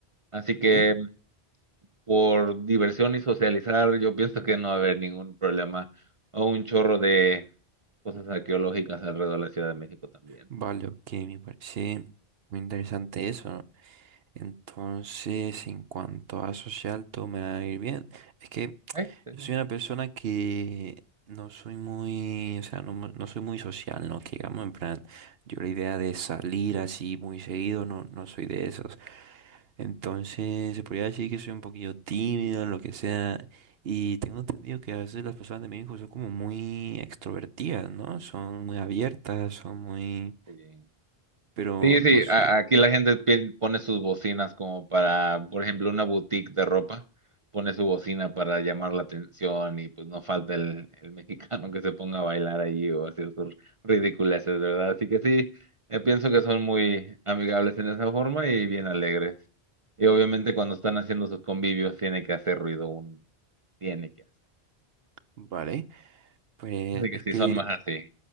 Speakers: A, on the right; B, on the right.
A: Así que
B: vale.
A: por diversión y socializar, yo pienso que no va a haber ningún problema o un chorro de cosas arqueológicas alrededor de la Ciudad de México también.
B: Vale, ok, me parece muy interesante eso, ¿no? Entonces, en cuanto a social, todo me va a ir bien. Es que
A: ¿Eh? Sí.
B: yo soy una persona que no soy muy, o sea, no, mu- no soy muy social, ¿no? Que digamos, en plan, yo la idea de salir así muy seguido, no, no soy de esos. Entonces, se podría decir que soy un poquillo tímido, lo que sea. Y tengo entendido que a veces las personas de México son como muy extrovertidas, ¿no? Son muy abiertas, son muy
A: Sí.
B: pero
A: Sí,
B: no
A: sí,
B: sé,
A: a- aquí la gente pi- pone sus bocinas como para, por ejemplo, una boutique de ropa, pone su bocina para llamar la atención y pues no falta el, el <laughs> mexicano que se ponga a bailar allí o hacer sus ridiculeces, ¿verdad? Así que sí, eh, pienso que son muy amigables en esa forma y bien alegres. Y obviamente cuando están haciendo sus convivios tiene que hacer ruido, un tiene que hacer.
B: ¿vale? Pues
A: Así que
B: es
A: sí,
B: que
A: son más así.